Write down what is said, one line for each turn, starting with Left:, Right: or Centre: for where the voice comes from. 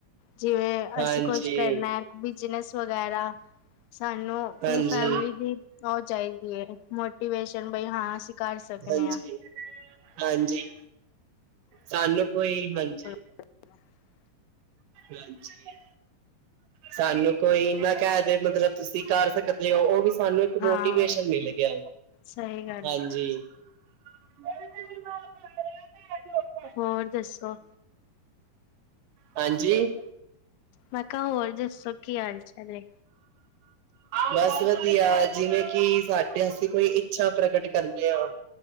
Left: ਜਿਵੇਂ
Right: ਹਾਂਜੀ,
Left: ਅਸੀਂ, ਕੁਛ ਕਰਨਾ ਹੈ, ਬਿਜਨਸ ਵਗੈਰਾ। ਸਾਨੂੰ ਆਪਣੀ
Right: ਹਾਂਜੀ।
Left: ਫੈਮਿਲੀ ਦੀ, ਔ ਚਾਹੀਦੀ ਹੈ। ਮੋਟੀਵੇਸ਼ਨ ਬਈ, ਹਾਂ ਅਸੀਂ ਕਰ ਸਕਨੇ
Right: ਹਾਂਜੀ,
Left: ਆਂ।
Right: ਹਾਂਜੀ, ਸਾਨੂੰ ਕੋਈ, ਹਾਂਜੀ।
Left: ਹ <unintelligible>
Right: ਹਾਂਜੀ ਸਾਨੂੰ, ਕੋਈ ਇੰਨਾ ਕਹਿ ਦੇ ਮਤਲਬ, ਤੁਸੀਂ ਕਰ ਸਕਦੇ ਹੋ, ਉਹ ਵੀ ਸਾਨੂੰ।
Left: ਹਾਂ
Right: ਮੋਟੀਵੇਸ਼ਨ, ਮਿਲ ਗਿਆ,
Left: ਸਹੀ ਗੱਲ
Right: ਹਾਂਜੀ,
Left: ਹੈ
Right: <inaudible>
Left: ਹੋਰ, ਦੱਸੋ
Right: ਹਾਂਜੀ,
Left: ਮੈਂ ਕਿਹਾ ਹੋਰ ਦੱਸੋ, ਕੀ ਹਾਲ ਚਾਲ ਹੈ।
Right: ਬਸ ਵਧੀਆ ਜਿਵੇਂ ਕਿ ਸਾਡੇ ਅਸੀਂ ਕੋਈ ਇੱਛਾ ਪ੍ਰਕਟ ਕਰਨੇ ਹਾਂ